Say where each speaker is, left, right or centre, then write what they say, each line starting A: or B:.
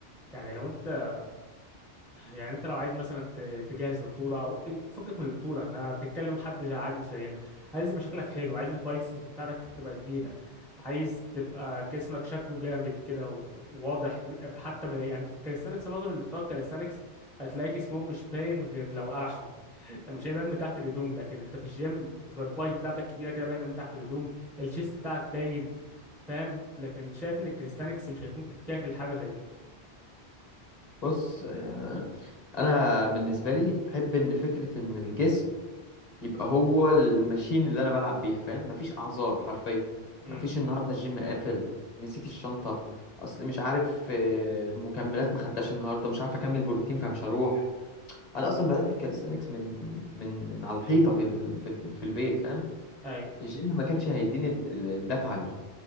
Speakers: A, in the centre; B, on the left.
A: يعني لو انت يعني انت لو عايز مثلا ت- تجهز لبطوله او إيه، فكك من البطوله احنا بنتكلم حد عادي زينا عايز يبقى شكلك حلو عايز البايسبس بتاعتك تبقى كبيره عايز تبقى جسمك شكله جامد كده و- وواضح حتى ب- يعني الكاليستانكس معظم اللي بتوع الكاليستانكس هتلاقي جسمهم مش باين غير لو قرحوا لو <laughs> مش هيبان من تحت الهدوم لكن انت في الجيم بتبقى الباي بتاعتك كبيره كده باينه من تحت الهدوم الشيست بتاعك باين فاهم لكن شايف ان الكاليستانكس مش هيكون كافي لحاجه زي دي
B: بص آه، انا بالنسبة لي بحب ان فكرة ان الجسم يبقى هو الماشين اللي انا بلعب بيها فاهم مفيش اعذار حرفيا
A: امم
B: مفيش النهارده الجيم قافل نسيت الشنطه اصل مش عارف آه، المكملات ما خدتهاش النهارده مش عارف اكمل بروتين فمش هروح انا اصلا بدات الكاليستانكس من من من على الحيطه في ال... في ال... في البيت فاهم
A: اي
B: الجيم ما كانش هيديني الد- الدفعه دي